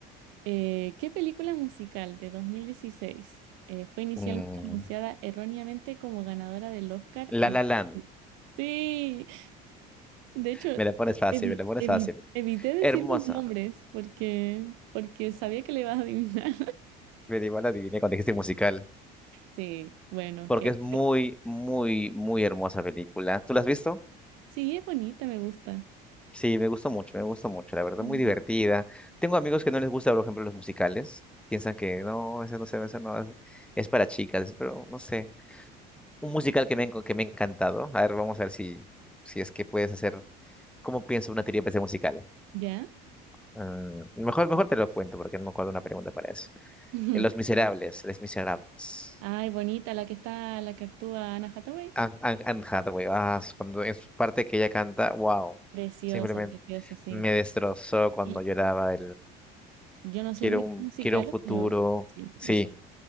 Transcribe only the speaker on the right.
Eh, ¿qué película musical de 2016 eh, fue inicialmente
anunciada erróneamente como ganadora del Oscar?
a-
Sí, de hecho,
evi-
evi-
evité decir
los nombres porque, porque sabía que le ibas a adivinar.
Sí, bueno,
que
sí, es bonita, me gusta.
Ujú.
¿Ya?
<laughs>
Ay, bonita la que está, la que actúa Anna Hathaway.
Preciosa,
preciosa, sí.
Y
Yo no soy
muy
musical,
pero pero sí,
esa,